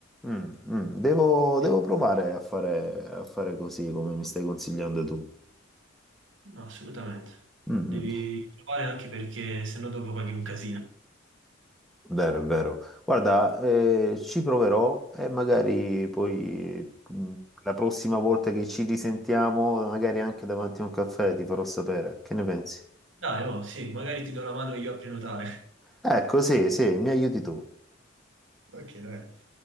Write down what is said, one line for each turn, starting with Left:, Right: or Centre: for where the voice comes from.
Centre: Mm, mm, devo,
Right: Sì.
Centre: devo provare a fare, a fare così come mi stai consigliando tu.
Right: No, assolutamente.
Centre: Mm, mm.
Right: Devi provare anche perché se no dopo paghi un casino.
Centre: Vero, è vero. Guarda, eh, ci proverò e magari poi mh, la prossima volta che ci risentiamo, magari anche davanti a un caffè, ti farò sapere. Che ne pensi?
Right: Dai, oh, sì, magari ti do la mano io a prenotare.
Centre: Ecco, sì, sì, mi aiuti tu.
Right: <laughs> Ok, dai.